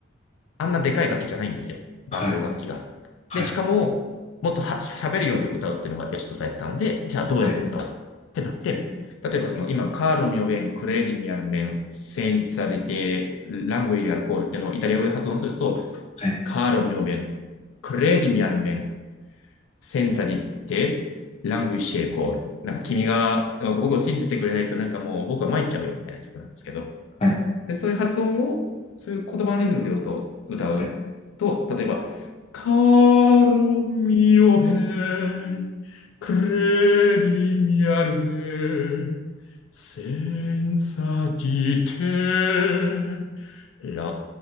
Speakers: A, on the left; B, on the left.
A: あんなでかい楽器じゃないんですよ。伴奏楽器が。
B: はい。はい。
A: で、しかも、もっとは喋るように歌うっていうのが良しとされてたので、じゃあどうやって歌おうってなって、
B: はい。はい。
A: 例えばその今、カールミオベン、クレーディミアルメン、センツァデテ、ラングイリアルコールっていうのをイタリア語で発音すると、
B: は
A: カールミオベン、クレーディミアルメン、センツァデテ、ラングイシェルコール。なんか君が、僕を信じてくれないとなんかもう僕は参っちゃうよみたいな曲なんですけど、
B: い。
A: で、そういう発音を、そういう言葉のリズムで歌うと、
B: はい。す
A: 例えば、カロミオヘン、クレリミアルベン、センサティテ、ラ